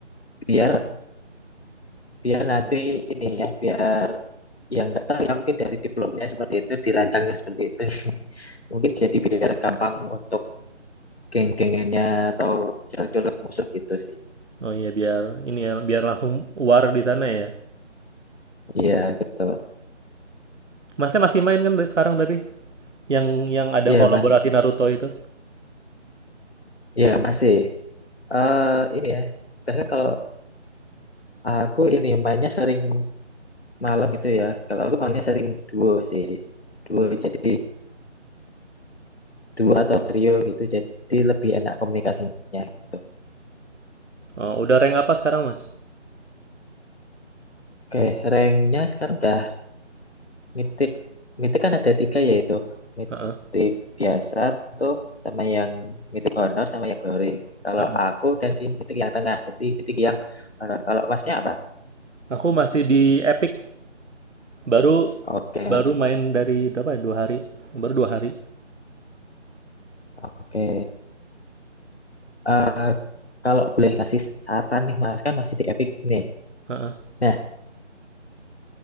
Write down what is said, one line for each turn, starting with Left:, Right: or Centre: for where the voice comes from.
Left: biar biar nanti ini ya, biar yang nggak tahu ya mungkin dari developnya seperti itu, dirancangnya seperti itu. <laughs> Mungkin jadi biar gampang untuk geng-gengannya atau colek-colek musuh gitu sih.
Right: Oh iya, biar ini ya, biar langsung war di sana ya.
Left: Iya, betul.
Right: Masnya masih main kan dari sekarang tapi? Yang yang ada
Left: Iya,
Right: kolaborasi
Left: Mas.
Right: Naruto itu?
Left: Iya, masih. Eh ini ya. Karena kalau aku ini mainnya sering malam gitu ya. Kalau aku mainnya sering duo sih. Duo jadi duo atau trio gitu. Jadi lebih enak komunikasinya gitu.
Right: Oh, udah rank apa sekarang, Mas?
Left: Oke, ranknya sekarang udah Mythic, Mythic kan ada tiga yaitu Mythic
Right: Heeh,
Left: biasa tuh sama yang Mythic Honor sama yang Glory. Kalau
Right: heeh.
Left: aku dari Mythic yang tengah, jadi Mythic yang Honor. Kalau masnya apa?
Right: Aku masih di Epic. Baru
Left: Oke mas,
Right: baru main dari berapa ya? Dua hari. Baru dua hari.
Left: oke. Eh, kalau boleh kasih saran nih mas, kan masih di Epic nih.
Right: Heeh.
Left: Nah,